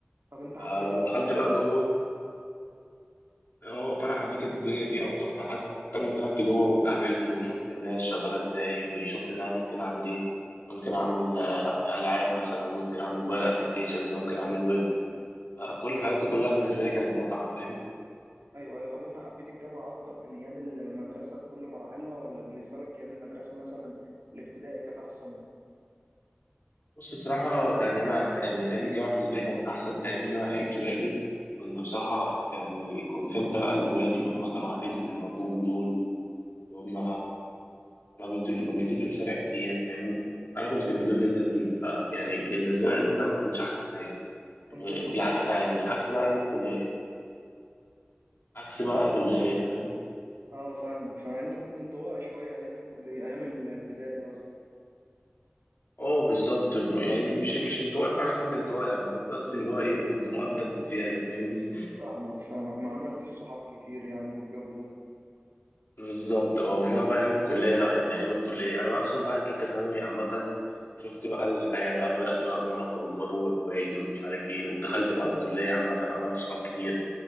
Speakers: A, on the right; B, on the left.
A: طب انت حبيت
B: فلما دخلت بقى جوه اه فانا حبيت الدنيا فيه اكتر فحتى لما دخلت جوه واتعاملت وشفت الناس شغاله ازاي وشفت ان انا ممكن اعمل ايه ممكن اعمل آه، العاب مثلا ممكن اعمل موبايل ابلكيشنز ممكن اعمل ويب كل الحاجات دي كلها بالنسبه لي كانت متعه فاهم
A: ايوه ايوه طب انت حبيت الجامعة اكتر من ايام ال- المدرسة بكل مراحلها ولا بالنسبة لك ايام المدرسة مثلا الابتدائي كانت احسن
B: بص بصراحه يعني انا يعني ايام الجامعه بالنسبه لي كانت احسن لان انا ايام ابتدائي كنت بصراحه يعني كنت فهمت بقى الولاد اللي هم كانوا قاعدين في البطول دول هم ما بينزل ما بينزلش الشارع كتير فاهمني انا كنت من ضمن الناس دي ف- يعني بالنسبه لي ايام ده ما كانش احسن حاجه
A: كنت
B: بالعكس
A: انطوائي
B: يعني
A: شوية.
B: عكس بقى ايام الكليه عكس بقى الكليه فاهم
A: اه فاهمك فانت كنت انطوائي شوية ايام الكلية ايام الابتدائي قصدي
B: اه بالظبط يعني مش مش انطوائي بمعنى كلمه انطوائي انا كنت بس اللي هو ايه كنت مؤدب بزياده فاهمني
A: فاهمك فاهمك ما عملتش صحاب كتير يعني والجو ده
B: بالظبط اه انما بقى ايام الكليه لا يعني ايام الكليه انا بقى اصلا بعد ثالثه ثانوي عامه شفت بقى الحياه بقى بدات بقى ان انا اخرج واروح واجي ومش عارف ايه ودخلت بقى الكليه عامه عملت صحاب كتير